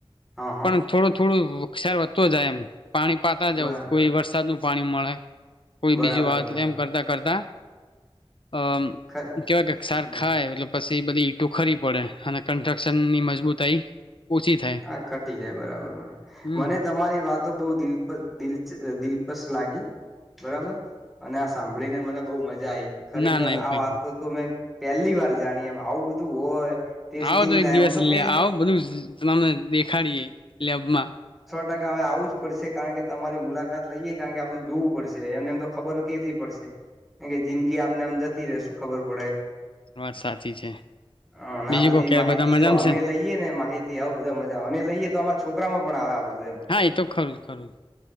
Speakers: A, in the centre; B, on the left (about 60°).
A: હા હા
B: પણ થોડું, થોડું ખેર વધતો જાય, એમ પાણી પાતા જવં,
A: બ
B: કોઈ વરસાદ નું પાણી મળે કોઈ
A: બરાબર
B: બીજી, વાત
A: બરાબર
B: એમ કરતા કરતા અમ
A: ખ
B: કેવાય કેક્ષાર
A: બ
B: ખાય એટલે પછી, બધી ખરી પડે અને કન્સ્ટ્રક્શનની મજબૂતાઈ ઓછી થાય
A: હા, ઘટી જાય બરાબરરાબ,
B: હમ
A: મને તમારી વાતો બહ દિલપ, દ દિલપ લાગી, બરાબર અને આ સાંભળીને, મને બહુ, મજા આવી ખરેખર
B: ના ના એવું
A: આ
B: કઈ
A: વાતો,
B: નહી
A: તો મેં પેલી વાર જાણીએ, એમ આવું બધું હોય? ટેસ્ટિંગ
B: આવો તો એક
A: થાય
B: દિવસ
A: હું
B: લ
A: કઈ
B: આવો, બધું તમામને દેખાડીએ લેબમાં
A: કા હવે, આવવું જ પડશે કારણ, કે તમારી મુલાકાત લઈએે, કારણ કે આ બધું જોવું પડશે એમને એમ તો ખબર કેથી પડશે? કાર કે જિંદગી આમને આમ જતી, ર શું ખબર પડે?
B: વાત સાચી છે.
A: હ, આ
B: બીજું
A: બધી
B: કો ક્યારે
A: માહિતી,
B: બધા મજામાં
A: જો અમે
B: છે
A: લઈએ ને માહિતી આવ બધા મજા, અમે લઈએ તો અમારા છોકરી પણ, આવ્યા
B: હા, એ તો ખરું ખરું